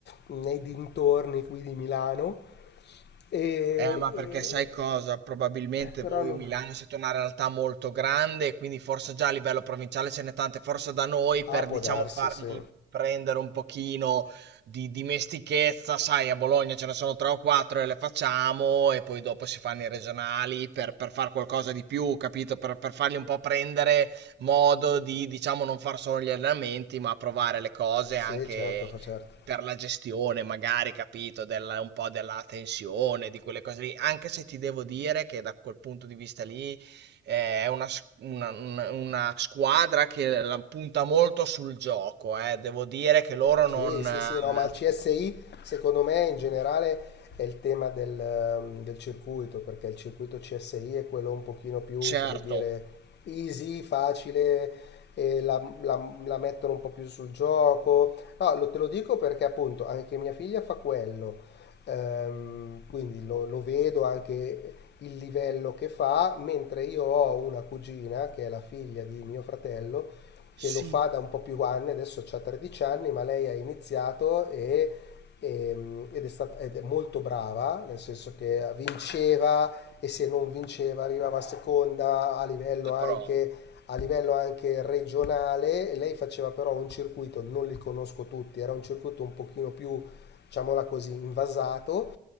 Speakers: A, on the left; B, on the right.
A: nei dintorni qui di Milano. E,
B: Eh, ma
A: e-
B: perché sai cosa? Probabilmente
A: però
B: voi
A: non...
B: Milano siete una realtà molto grande, e quindi forse già a livello provinciale ce n'è tante, forse da noi
A: Ah,
B: per
A: può
B: diciamo
A: darsi,
B: fargli
A: sì.
B: prendere un pochino di dimestichezza, sai, a Bologna ce ne sono tre o quattro e le facciamo e poi dopo si fanno i regionali per, per fare qualcosa di più, capito? Per, per fargli un po' prendere modo di, diciamo, non far solo gli allenamenti, ma provare le cose
A: Sì,
B: anche
A: certo, fa certo.
B: per la gestione, magari, capito, della, un po' della tensione, di quelle cose lì, anche se ti devo dire che da quel punto di vista lì eh, è una, s- una- una- una squadra che la punta molto sul gioco, eh. Devo dire che loro
A: Sì,
B: non...
A: sì,
B: eh,
A: sì, no, ma il CSI secondo me in generale è il tema del, ehm, del circuito, perché il circuito CSI è quello un pochino più,
B: certo,
A: come dire, easy, facile, e la, la- la mettono un po' più sul gioco. No, lo- te lo dico perché appunto anche mia figlia fa quello, Ehm, quindi lo, lo vedo anche il livello che fa, mentre io ho una cugina che è la figlia di mio fratello che
B: sì,
A: lo fa da un po' più anni, adesso ha 13 anni, ma lei ha iniziato e, e- ed, è stata, ed è molto brava, nel senso che vinceva e se non vinceva arrivava seconda a livello anche,
B: però
A: a livello anche regionale. E Lei faceva però un circuito, non li conosco tutti, era un circuito un pochino più, diciamola così, invasato